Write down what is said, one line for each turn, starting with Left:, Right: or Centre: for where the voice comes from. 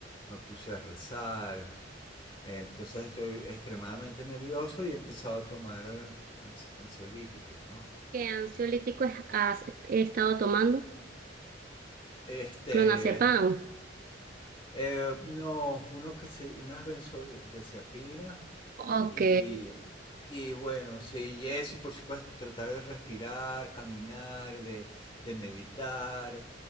Left: me puse a rezar. Entonces estoy extremadamente nervioso y he empezado a tomar ansiolíticos, ¿no?
Right: ¿Qué ansiolítico has has estado tomando?
Left: Este,
Right: Clonazepam.
Left: Eh, no, uno que se, unas benzodiazepinas
Right: Ok.
Left: y, y bueno, sí, y eso, y por supuesto, tratar de respirar, caminar, de, de meditar,